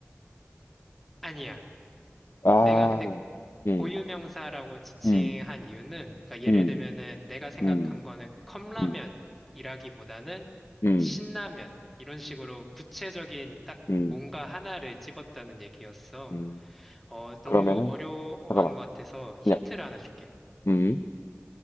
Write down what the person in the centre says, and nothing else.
아니야.
내가 근데
고유명사라고 지칭한
이유는, 그러니까 예를
들면은 내가 생각한
거는 컵라면이라기보다는
신라면, 이런 식으로 구체적인 딱
뭔가 하나를 집었다는 얘기였어.
어, 너무
어려워하는
것 같아서 힌트를
하나 줄게.